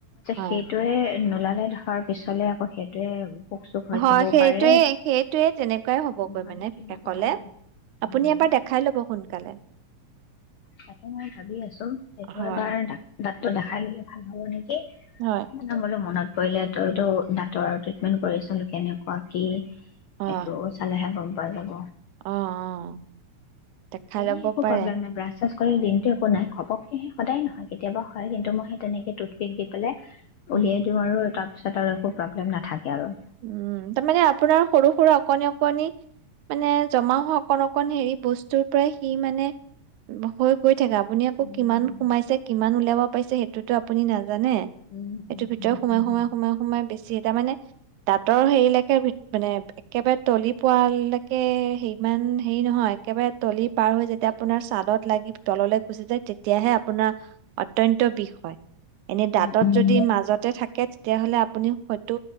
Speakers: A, on the right (about 85°); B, on the left (about 85°).
A: হয়।
B: সেইটোয়ে নোলাল বোলে ধৰ পিছলে আকৌ সেইটোৱে পোক চোক হৈজ
A: হয়, সেইটোৱে
B: পাৰে।
A: সেইটোৱে তেনেকুৱাই হ'বগৈ
B: মানে কিবা
A: শেষলে।
B: এটা হ'ব ওম
A: আপুনি এবাৰ দেখাই ল'ব সোনকালে।
B: তাকে মই ভাবি আছো সেইটো
A: হয়,
B: এবাৰ দাতটো দেখাই ললে ভাল হব নেকি?
A: হয়।
B: নহ'ল টো মনত পৰিলে তইতো ডাক্তৰৰ ট্ৰিটমেন্ট কৰিছিলি। কেনেকুৱা কি
A: অ',
B: সেইটো চালেহে গম পাই যাব।
A: অ', অ', দেখাই
B: এনে
A: ল'ব
B: একো
A: পাৰে।
B: প্ৰব্লেম নাই ব্ৰাচ কৰে দিনটো একো নাই ঘপকেহে সদায় নহয় কেতিয়াবা হয় কিন্তু মই সেই তেনেকে টুথপেক দি পেলাই
A: উম,
B: উলিয়াই দিওঁ আৰু তাৰ পাছত আৰু একো প্ৰব্লেম নাথাকে আৰু
A: উম তাৰমানে আপোনাৰ সৰু সৰু অকণনি অকণনি মানে জমা হোৱা অকণ অকণ হেৰি বস্তুৰ পৰাই সি মানে হৈ গৈ থাকে আপুনি আকৌ
B: উম
A: কিমান সোমাইছে কিমান উলিয়াব পাইছে সেইটো আপুনি নাজ জানে এইটো
B: উম উম
A: ভিতৰত সোমাই
B: উম উম
A: সোমাই সোমাই সোমাই বেছি তাৰ মানে দাঁতৰ হেৰিলৈকে মানে একেবাৰে তলি পোৱালেকে হেৰি মানে হেৰি নহয় একেবাৰে তলি পাৰ হৈ যেতিয়া আপোনাৰ ছাদত লাগি তললে গুচি যায় তেতিয়াহে আপোনাৰ অত্যন্ত বিষ হয় এনেই দাঁতত
B: উম উম
A: যদি মাজতে থাকে তেতিয়াহ'লে আপুনি হয়তো